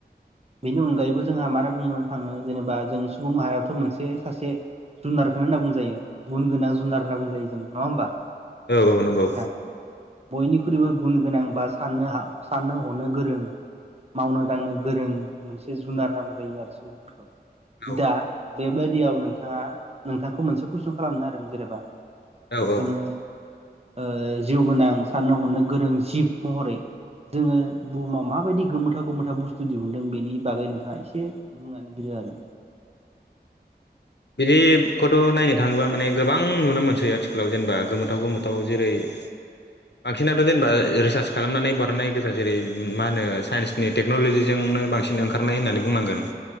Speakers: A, on the right; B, on the left.
A: बेनि अनगायैबो जोंहा मा होनना बुनो थाङो जेनेबा जों सुबुं माहारियाथ' मोनसे सासे जुनारखौनो होनना बुंजायो गुन गोनां जुनार होनना बुंजायो जों नङा होमबा
B: औ औ नंगौ
A: नोंथां बयनिख्रुइबो गुन गोनां बा साननो हाव साननो हनो गोरों मावनो दांनो गोरों मोनसे जुनार होन्ना बुंजायो आरो सुबुंफोरखौ
B: औ
A: दा बेबायदियाव नोंथाङा नोंथांखौ मोनसे कुइसन खालामनो नागिरदों जेनेबा
B: औ
A: जोङो
B: औ
A: ओ जिउ गोनां साननो हनो गोरों जिब महरै जोङो बुहुमाव माबायदि गोमोथाव गोमोथाव बुस्थु दिहुनदों बेनि बागै नोंथाङा एसे बुंनानै होदो आरो
B: बिदिब खौथ' नायनो थाङोबा माने गोबां नुनो मोनसै आथिखालाव जेनेबा गोमोथाव गोमोथाव जेरै <inaudible> बांसिनाथ' जेनेबा रिसार्च खालामनानै बरननाय गोजा जेरै मा होनो साइन्सनि टेक्न'ल'जिजोंनो बां सिन ओंखारनाय होननानै बुंनांगोन